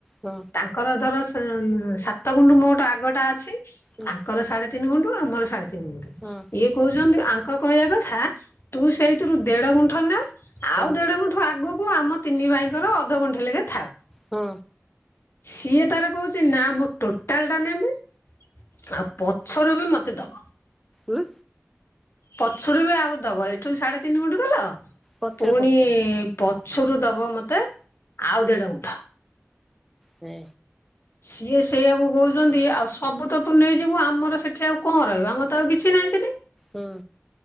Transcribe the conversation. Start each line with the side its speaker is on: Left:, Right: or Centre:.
Centre: ହଁ।
Left: ତାଙ୍କର ଧର ସେ ଉଁ, ସାତ ଗୁଣ୍ଠୁ ମୋଟ ଆଗଟା ଅଛି।
Centre: ହଁ।
Left: ତାଙ୍କର ସାଢେ ତିନି ଗୁଣ୍ଠୁ, ଆମର ସାଢ଼େ ତିନି ଗୁଣ୍ଠୁ।
Centre: ହଁ।
Left: ଇଏ କହୁଛନ୍ତି ଆଙ୍କ କହିବା କଥା ତୁ ସେଇଥିରୁ ଦେଢ଼ ଗୁଣ୍ଠ ନେ।
Centre: ହୁଁ
Left: ଆଉ ଦେଢ ଗୁଣ୍ଠ ଆଗକୁ ଆମ ତିନି ଭାଇଙ୍କର ଅଧ ଗୁଣ୍ଠେ ଲେଖେ ଥାଉ।
Centre: ହଁ।
Left: ସିଏ ତାର କହୁଛି ନା ମୁଁ ଟୋଟାଲ ଟା ନେବି। ଆଉ ପଛର ବି ମୋତେ ଦବ।
Centre: ଉଁ,
Left: ପଛରୁ ବି ଆଉ ଦବ ଏଠୁ ସାଢେ ତିନି ଗୁଣ୍ଠୁ ଦେଲ,
Centre: ପଛରେ
Left: ପୁଣି
Centre: ଗୁଣ୍ଟେ
Left: ପ ଛୁରୁ ଦବ ମୋତେ ଆଉ ଦେଢ ଗୁଣ୍ଠ।
Centre: ନେ।
Left: ସିଏ ସେଇଆକୁ କହୁଛନ୍ତି ଆଉ ସବୁ ତ ତୁ ନେଇଯିବୁ ଆମର ସେଠି ଆଉ କଣ ରହିବ ଆମର ତ ଆଉ କିଛି ନାହିଁ ସେଠି।
Centre: ହୁଁ।